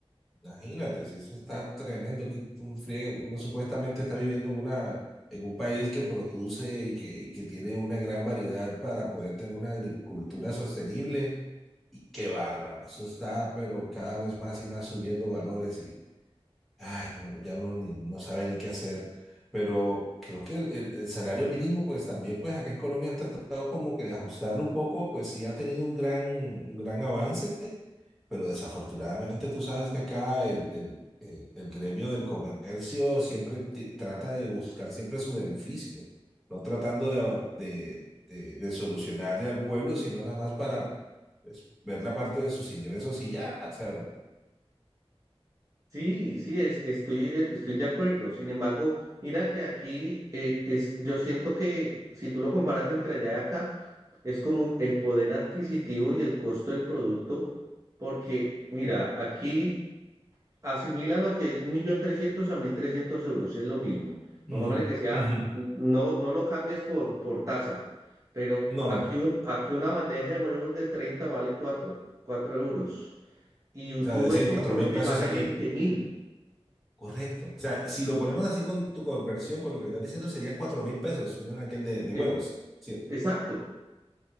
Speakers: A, in the centre; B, on the right (about 35°).
A: Imagínate, si eso está tremendo, que tú friegue, uno supuestamente está viviendo en una, en un país que produce y que, y que tiene una gran variedad para poder tener una agricultura sostenible. Y qué bárbaro, eso está, pero cada vez más y más subiendo valores. Y, Ay, no, ya uno ni- no sabe ni qué hacer, pero creo que el, el- el salario mínimo, pues también, pues acá en Colombia han tratado como que de ajustarlo un poco, pues sí ha tenido un gran, un gran avance, pero desafortunadamente tú sabes que acá el, el, el- el gremio del comercio siempre ti- trata de buscar siempre su beneficio, no tratando de, ava- de, de, de solucionarle al pueblo, sino nada más para pues, ver la parte de sus ingresos y ya, o sea,
B: Sí, sí, es, estoy, eh, estoy de acuerdo. Sin embargo, mira que aquí eh, es, yo siento que si tú lo comparas entre allá y acá, es como el poder adquisitivo y el costo del producto, porque mira, aquí asimila lo que un millón trescientos a mil trescientos euros, es lo mismo.
A: ujú,
B: Pongámosle que sea,
A: ujú.
B: n- no, no lo cambies por, por tasa, pero
A: No,
B: aquí,
A: no.
B: un, aquí una bandeja de huevos de 30 vale cuatro cuatro euros. Y u-
A: O sea,
B: tú
A: decir
B: ves
A: cuatro
B: en Colombia
A: mil pesos
B: y vale
A: aquí.
B: veinte mil,
A: Correcto. O sea, si lo ponemos así con tu conversión, por lo que me estás diciendo, sería cuatro mil pesos, un aquel de, de
B: es,
A: huevos. Sí,
B: exacto.